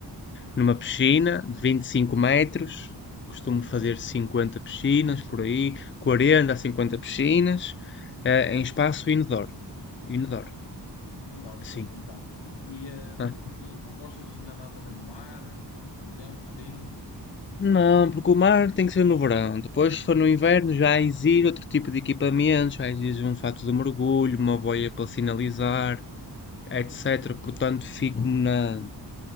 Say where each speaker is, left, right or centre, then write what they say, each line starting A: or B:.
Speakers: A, on the left; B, on the left.
A: numa piscina de 25 metros. Costumo fazer 50 piscinas por aí, 40 a 50 piscinas, eh, em espaço indoor. Indoor,
B: Indoor
A: assim.
B: sempre, então. E, hum,
A: tá?
B: e não gostas de nadar também no mar, por exemplo, rio?
A: Não, porque o mar tem que ser no verão. Depois, se for no inverno, já exige outro tipo de equipamento, já exige um fato de mergulho, uma boia para sinalizar, etc. Portanto, fico-me na,